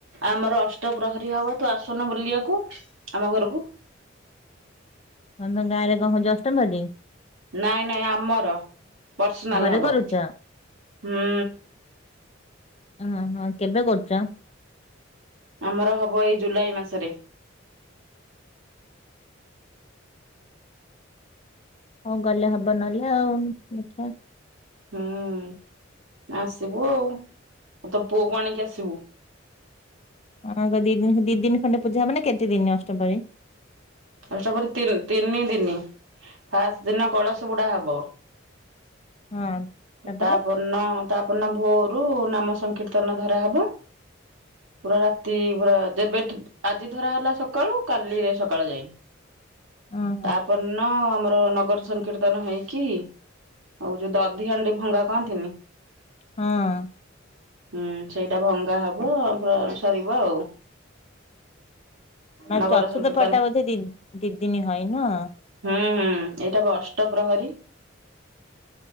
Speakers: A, on the right (about 85°); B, on the left (about 35°).
A: ଆମର ଅଷ୍ଟ ପ୍ରହରୀ ହବ ତୁ ଆସୁନୁ ବୁଲିଆକୁ ଆମ ଘରୁକୁ।
B: ତମ ଗାଁରେ କଣ ହଉଚି ଅଷ୍ଟ ପ୍ରହରୀ?
A: ନାଇଁ ନାଇଁ ଆମର ପ୍ରସିନାଲ୍
B: ଘରେ
A: ହବ
B: କରୁଛ
A: ହୁଁ।
B: ଓହୋ। କେବେ କରୁଚ?
A: ଆମର ହବ ଏଇ ଜୁଲାଇ ମାସରେ।
B: ହଉ ଗଲେ ହବ ନହେଲେ ଆଉ ଦେଖିବା।
A: ହୁଁ ଆସିବୁ ଆଉ ତୋ ପୁଅ କୁ ଆଣିକି ଆସିବୁ।
B: ହଁ ଦି ଦିନ ଦି ଦିନ ଖଣ୍ଡେ ପୂଜା ହବ। ନା କେତେ ଦିନ ଅଷ୍ଟପ୍ରହରୀ?
A: ଅଷ୍ଟପ୍ରହରୀ ତିନ ତିନି ଦିନି ଫାଷ୍ଟ ଦିନ କଳସ ବୁଡା ହବ।
B: ହଁ ତାପରେ
A: ତା ପରଦିନ ତା ପରଦିନ ଭୋରୁ ନାମ ସଂକୀର୍ତ୍ତନ ଧରା ହେବ। ପୁରା ରାତି ପୁରା ଯେବେଠୁ ଆଜି ଧରା ହେଲା ସକାଳୁ କାଲି ସକାଳୁ ଯାଏ।
B: ଓହୋ
A: ତାପର ଦିନ ଆମର ନଗର ସ ସକୀର୍ତ୍ତନ ହେଇକି ଆଉ ଯୋଉ ଦଧି ହାଣ୍ଡି ଭଙ୍ଗା କହନ୍ତିନି
B: ହଁ।
A: ହୁଁ ସେଇଟା ଭଙ୍ଗା ହବ ପୁରା ସରିବ ଆଉ।
B: ନା
A: ନଗର
B: ଚତୁର୍ଥ
A: ସଂକୀର୍ତ୍ତନ
B: ପ୍ରହରୀ ଟା ବୋଧେ ଦି ଦିଦିନି ହଏ ନୁହଁ?
A: ହୁଁ ହୁଁ ଏଇଟା ପାଅଷ୍ଟପ୍ରହରୀ।